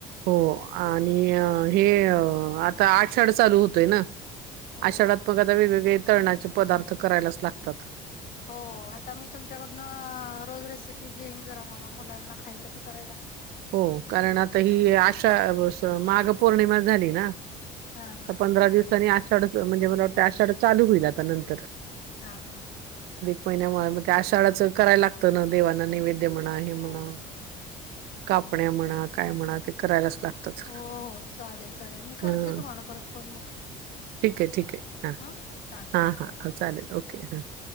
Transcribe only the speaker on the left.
हो.
हो अ आता मी तुमच्याकडनं रोज रेसिपी घेईन. जरा मला मुलांना खायसाठी करायला
हम्म.
हा हा.
आ हा हा.
हो
बरोबर
हो हो चालेल चालेल मी करते
तुम्हाला परत फोन मग.
हं चालेल
ओके